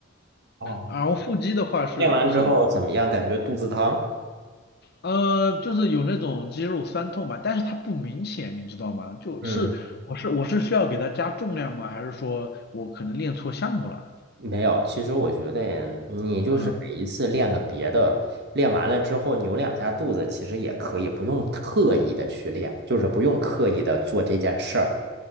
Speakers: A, on the right; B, on the left.
A: 哦，
B: 然后腹肌的话是就是，
A: 练完之后怎么样？感觉肚子疼？
B: 呃，就是有那种肌肉酸痛嘛，但是它不明显，你知道吗？就是我是我是需要给它加重量吗？
A: 嗯。
B: 还是说我可能练错项目了？
A: 没有，其实我觉得你嗯就是每一次练个别的，
B: 嗯，
A: 练完了之后扭两下肚子，其实也可以，不用特意的去练，就是不用刻意的做这件事儿，